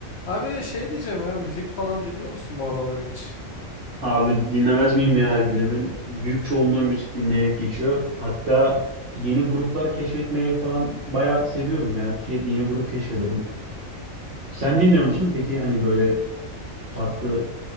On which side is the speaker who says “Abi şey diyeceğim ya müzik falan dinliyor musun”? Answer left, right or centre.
Left